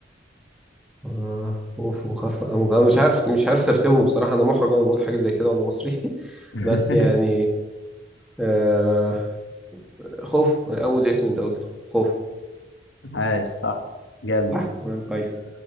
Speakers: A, in the centre; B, on the left.
A: آه، خوف وخفرة أمج أنا مش عارف مش عارف ترتيبهم بصراحة أنا محرج وأنا بقول حاجة زي كده وأنا مصري <laughs>
B: <laughs>
A: بس يعني آه خوف أول اسم أنت قلته خوف
B: عاش صح جامد
A: صح آه، كويس